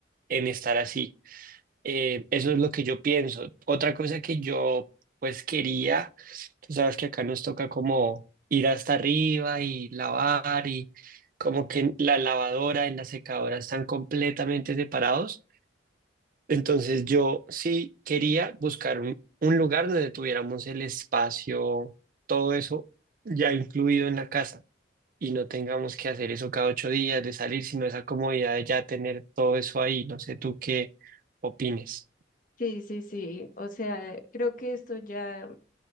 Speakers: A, on the right (about 45°); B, on the left (about 45°).
A: en estar así. Eh, eso es lo que yo pienso. Otra cosa que yo pues quería, tú sabes que acá nos toca como ir hasta arriba y lavar y como que la lavadora y la secadora están completamente separados. Entonces yo sí quería buscar un, un lugar donde tuviéramos el espacio, todo eso ya incluido en la casa y no tengamos que hacer eso cada ocho días de salir, sino esa comodidad de ya tener todo eso ahí. No sé tú qué opines.
B: Sí, sí, sí. O sea, creo que esto ya,